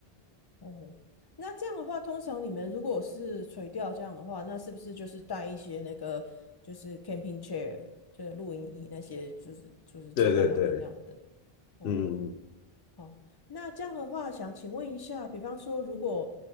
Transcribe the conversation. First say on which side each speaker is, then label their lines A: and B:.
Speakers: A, on the left (about 25°); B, on the left (about 80°).
A: 哦，那这样的话，通常你们如果是垂钓这样的话，那是不是就是带一些那个就是 camping chair，就是露营椅那些，就是就是坐在那边这样等？
B: 对对对，
A: 哦，
B: 嗯，嗯嗯
A: 好，那这样的话，想请问一下，比方说，如果，